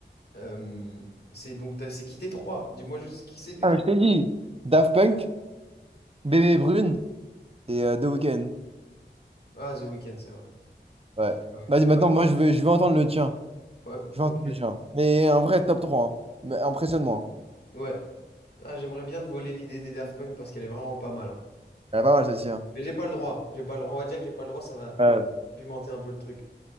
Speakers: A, on the left; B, on the right.
A: euh, c'est donc, t'as- c'est qui tes trois? Dis-moi juste qui c'est tes
B: Ah,
A: trois.
B: mais je t'ai dit. Daft Punk, bébé brune et euh, The Weeknd.
A: Ah, The Weeknd, c'est vrai.
B: Ouais.
A: Ouais.
B: Vas-y, maintenant, moi, je veux, je veux entendre le tien.
A: Ouais,
B: Je veux
A: ok.
B: entendre le tien. Mais un vrai top trois hein. Mais impressionne-moi.
A: Ouais. Ah, j'aimerais bien te voler l'idée des Daft Punk parce qu'elle est vraiment pas mal. hein.
B: Elle est pas mal, celle-ci. hein.
A: Mais j'ai pas le droit. J'ai pas le droit. On va dire que j'ai pas le droit, ça va
B: Euh,
A: pimenter un peu le truc.